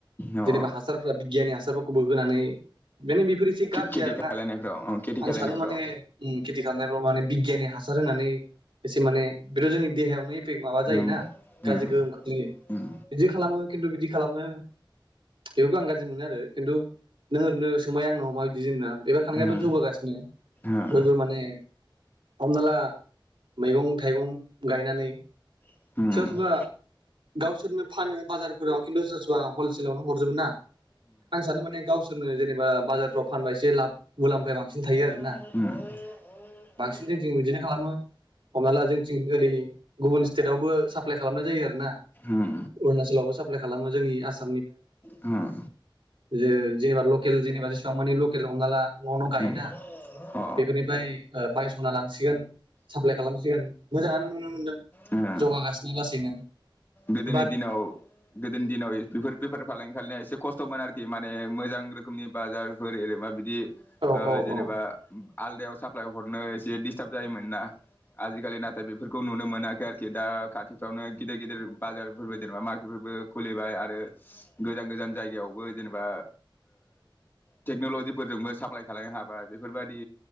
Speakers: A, on the left; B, on the right.
A: अ
B: जेनेबा हासारफोरा बिगियानि हासारफोरखौबो होनानै माने बेफोर एसे
A: खेथि
B: गाज्रि आरोना।
A: खालायनायफ्राव अ खेथि
B: आं
A: खालायनायफ्राव
B: सानो माने उम खेथि खालामनायफ्राव माने बिगियानि हासार होनानै एसे माने बेथ' जोंनि देहायावनो माबा जायो
A: उम
B: ना
A: उम
B: गाज्रि गोहोम खोख्लैयो
A: उम
B: बिदि खालामो खिन्थु बिदि खालामो। बेबो आं गाज्रि मोनो आरो खिन्थु नोङो नो सोंबाय आंनाव माबायदि जोंना
A: उम
B: <unintelligible> जौबोगासि
A: उम
B: बयबो माने हमना ला मैगं थाइगं गायनानै
A: उम
B: सोरबा
A: उम
B: सोरबा गावसोरनो फानो बाजारफोराव खिन्थु सोरबा सोरबा हलसेलावनो हरजोबो ना आं सानो माने गावसोरनो जेनेबा बाजारफ्राव फानबा एसे लाब मुलाम्फाया बां सिन थायो आरो
A: उम।
B: जोंथिं बिदिनो खालामो। हमना ला जोंथिं ओरै गुबुन। जेरावबो साप्लाय। खालामनाय जायो आरोना
A: उम
B: अुणाचलावबो साप्ला लाइ खालामो जोंनि आसाम
A: उम।
B: जे जेबा लकेल जेनाबा जेसेबांमानि लकेल हमनाला। बिदिना
A: उम अ
B: बेफोरनिफ्राय बायस'ना लांसिगोन साप्लाय खालामसिगोन। मोजाङानो नुनो मोन्दों।
A: उम
B: जौगागासिनो लासैनो।
A: गोदोनि
B: बाट
A: दिनाव गोदोनि दिनाव बेफोर बेफारफालांगि खालामनाया एसे खस्थ'मोन आरोखि। माने मोजां रोखोमनि बाजारफोर जेरैबा बिदि।
B: औ
A: ओ
B: औ
A: जेनेबा।
B: औ
A: आलदायाव साप्लाय हरनो एसे डिस्टार्ब जायोमोन ना। आजिखालि नाथाय बेफोरखौ नुनो मोना मोनाखै आरोखि दा खाथिफ्रावनो गिदिर गिदिर। बाजारफोरबो जेनेबा मार्केटफोरबो खुलिबाय आरो गोजान गोजान जायगायावबो जेनेबा टेक्न'लजिफोरजोंबो साप्लाय खालामनो हाबाय बेफोर बायदि।